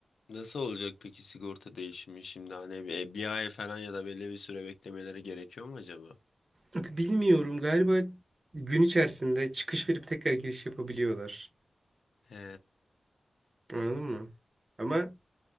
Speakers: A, on the left; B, on the right.
A: Nasıl olacak peki sigorta değişimi şimdi hani bir, bir ay falan ya da belli bir süre beklemeleri gerekiyor mu acaba?
B: Bak bilmiyorum galiba gün içerisinde çıkış verip tekrar giriş yapabiliyorlar.
A: He.
B: Anladın mı? Ama